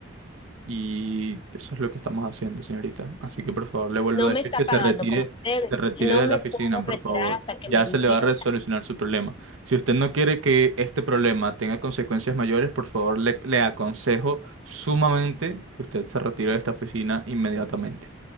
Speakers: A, on the right; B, on the left.
A: Y eso es lo que estamos haciendo, señorita. Así que por favor, le vuelvo
B: No
A: a decir
B: me está
A: que se
B: pagando
A: retire,
B: como se debe.
A: se retire
B: No
A: de
B: me
A: la oficina,
B: puedo
A: por
B: retirar
A: favor.
B: hasta que
A: Ya
B: me entienda.
A: se le va a resolucionar su problema. Si usted no quiere que este problema tenga consecuencias mayores, por favor, le, le aconsejo sumamente que usted se retire de esta oficina inmediatamente.